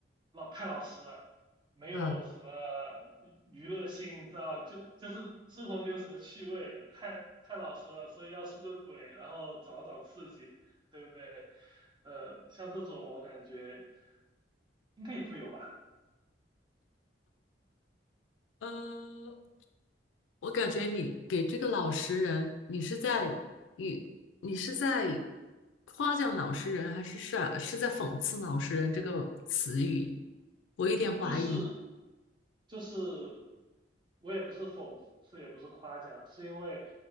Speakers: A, on the right; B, on the left.
A: 老太老实了，没有什么
B: 嗯
A: 娱乐性，你知道吧？就就是生活没有什么趣味，太太老实了，所以要出个轨，然后找找刺激。对不对？呃，像这种我感觉应该也会有吧。
B: 呃，我感觉你给这个老实人，你是在你是在夸奖老实人，还是是是在讽刺老实人这个词语？我有点怀疑。
A: 就是就是，我也不是讽刺，也不是夸奖，是因为，